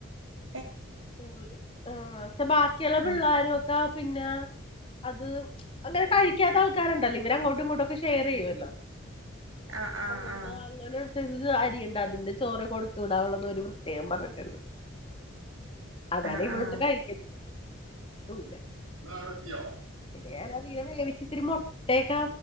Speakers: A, on the right; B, on the left.
A: ഉ <inaudible>
B: സ്കൂള്ല് ആഹ് പക്ഷേ ബാക്കിയൊള്ള പിള്ളാ
A: ആഹ്
B: ള്ളാരുവക്കാ പിന്നെ അത് അങ്ങനെ കഴിക്കാത്ത ആൾക്കാര്ണ്ടല്ലോ ഇവര് അങ്ങോട്ടും ഇങ്ങോട്ടുവൊക്കെ ഷ് ഷെയറെയ്യുവല്ലോ
A: ആഹ് ആഹ്
B: അതുകൊണ്ട്
A: ആഹ്
B: അങ്ങനെ <unintelligible> അരിയൊണ്ട് അതിന്റെ ചോറേ കൊടുത്തു വിടാവൊള്ളെന്ന് അവര് പ്രത്യേകം പറഞ്ഞിട്ടൊണ്ട് അതാണെ
A: ആഹ്
B: ഇവളൊട്ട്
A: ആഹ്
B: കഴിക്കത്തൂല്ലാ
A: ഇങ്ങളവ്ടെത്തിയോ
B: പിന്നെ ഞാനതീയെടെ വേവിച്ചിത്തിരി മൊട്ടയക്കെ